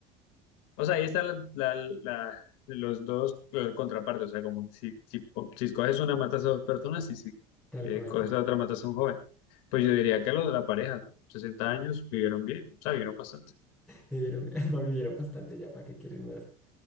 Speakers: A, on the left; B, in the centre.
A: O sea, ahí están la- la- la- los dos eh, contrapartes. O sea, como si, si, si escoges una, matas a dos personas y si
B: Tal
A: eh,
B: cual.
A: coges la otra, matas a un joven. Pues yo diría que los de la pareja, ¿no? 60 años vivieron bien, o sea, vivieron bastante.
B: Se dieron, <laughs> vivieron bastante ya, ¿para qué quieren más?